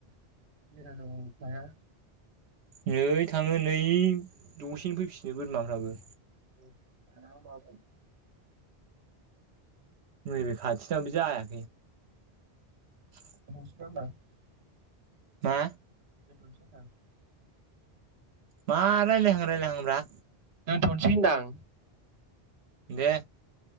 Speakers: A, on the right (about 55°); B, on the right (about 80°).
A: <unintelligible>
B: नै थाङो नै दसेनो फैफिनो बोरमाफ्राबो
A: <unintelligible>
B: नैबे खाथिनाबो जाया। <unintelligible>
A: <unintelligible>
B: मा?
A: <inaudible>
B: मा रायलहां रायलायाहां ब्रा?
A: दोनथ'नोसै होनदां।
B: दे।